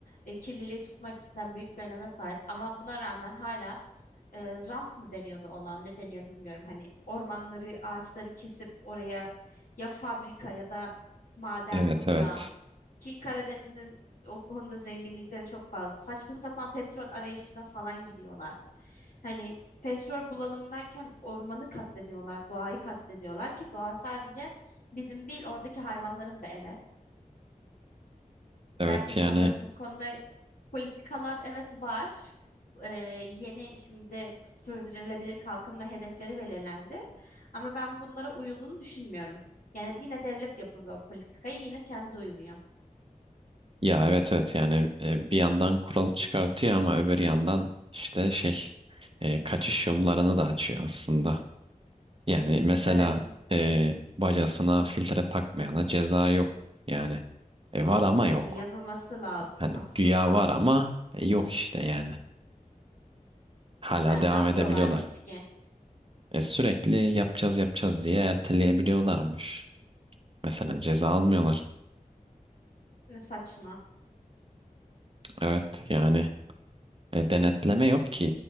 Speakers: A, on the left (about 75°); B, on the right (about 40°).
A: e, kirliliği tutma açısından büyük bir öneme sahip. Ama buna rağmen hala e, rant mı deniyordu ona ne deniyor bilmiyorum. Hani ormanları ağaçları kesip oraya ya fabrika ya da maden
B: Evet
A: ocağı
B: evet.
A: ki Karadeniz'in o konuda zenginlikleri çok fazla. Saçma sapan petrol arayışına falan gidiyorlar. Hani petrol bulalım derken ormanı katlediyorlar, doğayı katlediyorlar ki doğa sadece bizim değil oradaki hayvanların da eve.
B: Evet
A: Ben insanların
B: yani
A: bu konuda Politikalar evet var. Ee, yeni şimdi sürdürülebilir kalkınma hedefleri belirlendi. Ama ben bunlara uyulduğunu düşünmüyorum. Yani yine devlet yapıyor politikayı yine kendi uymuyor.
B: ya evet evet yani e, bir yandan kural çıkartıyor ama öbür yandan işte şey e, kaçış yollarını da açıyor aslında. Yani mesela
A: Evet m-
B: e, bacasına filtre takmayana ceza yok yani. E, var ama yok.
A: yani yazılması lazım
B: Hani
A: aslında.
B: güya var ama e, yok işte yani. Hala
A: Yani
B: devam
A: ne yapıyorlarmış
B: edebiliyorlar.
A: ki?
B: E, sürekli yapacağız yapacağız diye erteleyebiliyorlarmış. Mesela ceza almıyorlar.
A: Ne saçma.
B: Evet yani e, denetleme yok ki.